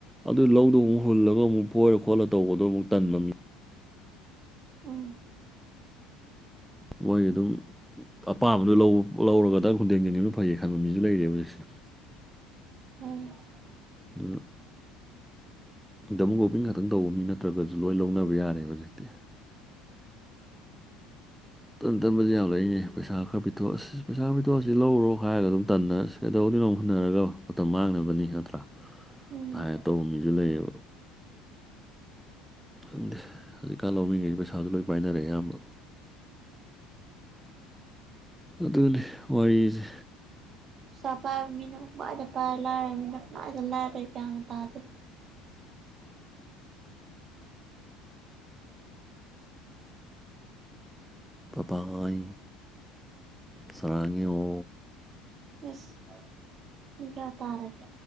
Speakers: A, in the centre; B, on the right.
A: ꯑꯗꯨ ꯂꯧꯗꯨꯣ ꯑꯃꯨꯛ ꯍꯨꯜꯂꯒ ꯑꯃꯨꯛ ꯐꯣꯏꯔ ꯈꯣꯠꯂ ꯇꯧꯕꯗꯣ ꯑꯃꯨꯛ ꯇꯟꯕ ꯃꯤ
B: ꯎꯝ
A: ꯃꯣꯏ ꯑꯗꯨꯝ ꯑꯄꯥꯝꯕꯗꯣ ꯂꯧ-ꯂꯧꯔꯒ ꯗꯛ ꯈꯨꯟꯗꯦꯡꯖꯪꯒꯤꯕ ꯐꯩꯌꯦ ꯈꯟꯕ ꯃꯤꯁꯨ ꯂꯩꯔꯦꯕ ꯍꯧꯖꯤꯛꯁꯦ
B: <unintelligible>
A: ꯑꯗꯨ ꯗꯃ ꯒꯣꯕꯤꯤꯡ ꯈꯛꯇꯪ ꯇꯧꯕ ꯃꯤ ꯅꯠꯇ꯭ꯔꯒꯁꯨ ꯂꯣꯏ ꯂꯧꯅꯕ ꯌꯥꯔꯦꯕ ꯍꯧꯖꯤꯛꯇꯤ ꯇꯟ ꯇꯟꯕꯁꯤꯁ ꯌꯥꯝ ꯂꯩꯛꯏꯅꯦ ꯄꯩꯁꯥ ꯈꯔ ꯄꯤꯊꯣꯛꯑꯁꯤ ꯄꯩꯁꯥ ꯄꯤꯊꯣꯛꯑꯁꯤ ꯂꯧꯔꯣ ꯍꯥꯏꯔꯒ ꯑꯗꯨꯝ ꯇꯟꯅꯔꯁꯤ ꯁ ꯇꯧꯗꯤ ꯅꯣꯡ ꯍꯨꯟꯅꯔꯒ ꯃꯇꯝ ꯃꯥꯡꯅꯕꯅꯤ ꯅꯠꯇ꯭ꯔꯥꯥꯏꯅ
B: ꯎꯝ
A: ꯇꯧꯕ ꯃꯤꯁꯨ ꯂꯩꯌꯦꯕ ꯈꯪꯗꯦ ꯍꯧꯖꯤꯛꯀꯥꯟ ꯂꯧꯃꯤꯉꯩꯗꯤ ꯄꯩꯁꯥꯁꯨ ꯂꯣꯏ ꯄꯥꯏꯅꯔꯦ ꯑꯌꯥꯝꯕ ꯑꯗꯨꯅꯤ ꯋꯥꯔꯤꯁꯦ
B: ꯁ ꯄꯥꯏꯕ ꯃꯤꯅ ꯄꯥꯏꯔ ꯂꯥꯏꯔ ꯃꯤꯅ ꯄꯗ ꯂꯥꯏꯔꯦ ꯒ꯭ꯌꯥꯟꯒ ꯇꯥꯗꯦ
A: ꯄꯄꯥꯏ ꯁꯔꯥꯉ ꯦꯑꯣ
B: ꯏꯁ ꯎꯝꯀꯌꯥ ꯇꯥꯔꯒꯦ